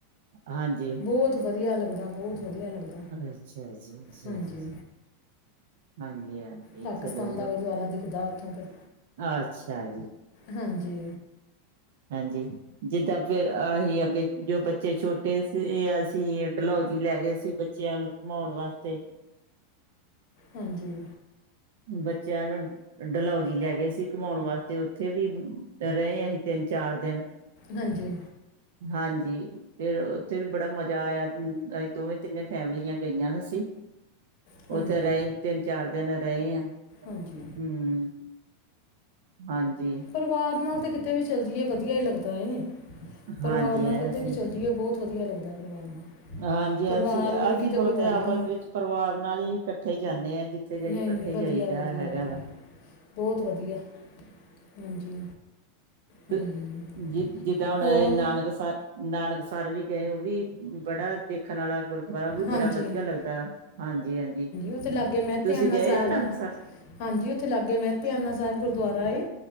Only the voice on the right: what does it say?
ਹਾਂਜੀ।
ਅੱਛਾ-ਅਛ <unintelligible>
ਚਲੋ,
ਅੱਛਾ ਜੀ।
ਹਾਂਜੀ, ਜਿੱਦਾਂ ਫਿਰ ਅਹੀ ਅੱਗੇ ਜੋ ਬੱਚੇ ਛੋਟੇ ਸੀ ਅਸੀਂ ਲੋਜੀ, ਲੈ ਗਏ ਸੀ ਬੱਚਿਆਂ ਨੂੰ ਘੁਮਾਉਣ ਵਾਸਤੇ।
ਬੱਚਿਆਂ ਨੂੰ ਡਲਉਜੀ ਲੈ ਗਏ ਸੀ ਘਮਾਉਣ ਵਾਸਤੇ। ਉੱਥੇ ਵੀ ਤੇ ਰਹੇ ਅਹੀ ਤਿੰਨ ਚਾਰ ਦਿਨ।
ਹਾਂਜੀ। ਫਿਰ ਉੱਥੇ ਵੀ ਬੜਾ ਮਜ਼ਾ ਆਇਆ। ਅਸੀਂ ਦੋਵੇਂ ਤਿੰਨੇ ਫੈਮਲੀਆਂ ਗਈਆਂ ਅਸੀਂ।
ਉੱਥੇ ਰਹੇ, ਤਿੰਨ-ਚਾਰ ਦਿਨ ਰਹੇ ਆ।
ਹਂ ਹਾਂਜੀ।
ਹਾਂਜੀ
ਅਸੀਂ
ਹਾਂਜੀ ਹਾਂਜੀ
ਅਸੀ-ਅਸੀਂ
ਬਹੁਤੇ
ਆਪਸ
ਵਿੱਚ ਪਰਿਵਾਰ ਨਾਲ ਹੀ ਇਕੱਠੇ ਜਾਂਦੇ ਹਾਂ। ਜਿੱਥੇ ਜਿਥੇ ਜਾਈਏ,
ਕੱਠੇ
ਈ ਜਾਈਦਾ
ਹੈਗਾ
ਵੇ।
ਤੇ
ਜੇ ਜਿੱਦਾਂ ਹੁਣ
ਏਹ ਨਾਨਕ ਸਾਹਿਬ ਨਾਨਕਸਰ ਵੀ ਗਏ, ਉਹ ਵੀ ਬੜਾ ਦੇਖ ਖਨਾਲਾ ਗੁਰਦੁਆਰਾ ਉਹ ਵੀ
ਬੜਾ ਵਧੀਆ ਲੱਗਦਾ। ਹਾਂਜੀ, ਹਾਂਜੀ।
ਤੁਸੀਂ ਗਏ
ਆ ਨਾਨਕਸਰ?